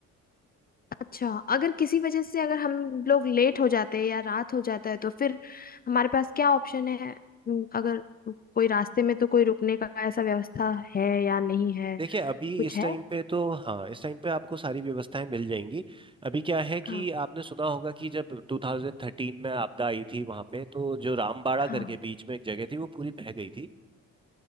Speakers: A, on the left (about 30°); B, on the right (about 15°).
A: अच्छा अगर किसी वजह से अगर हम लोग लेट हो जाते हैं या रात हो जाता है तो फिर हमारे पास क्या ऑप्शन है हम्म, अगर कोई रास्ते में तो कोई रुकने का ऐसा व्यवस्था है या नहीं है
B: देखिए अभी
A: कुछ
B: इस
A: है
B: टाइम पे तो हाँ इस टाइम पे आपको सारी व्यवस्थाएं मिल जाएंगी अभी क्या है कि
A: हाँ
B: आपने सुना होगा कि जब 2013 में आपदा आई थी वहां पे तो जो रामबाड़ा
A: हाँ
B: करके बीच में एक जगह थी वो पूरी बह गई थी